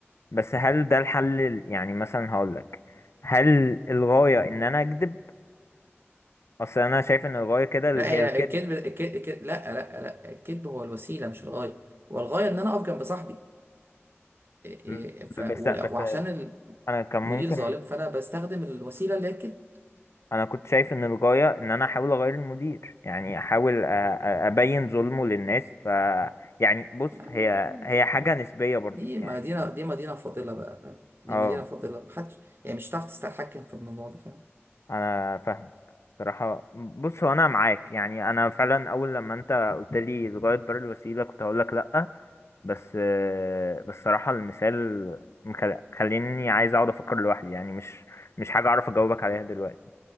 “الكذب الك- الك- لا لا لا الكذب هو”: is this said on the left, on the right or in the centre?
Right